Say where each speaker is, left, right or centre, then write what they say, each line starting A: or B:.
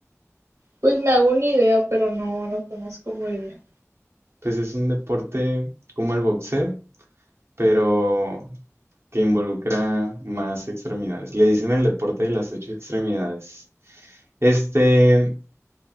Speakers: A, on the right; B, on the right.
A: Pues me hago una idea, pero no, no conozco muy bien.
B: Pues es un deporte como el boxeo, pero que involucra más extremidades. Le dicen el deporte de las ocho extremidades. Este,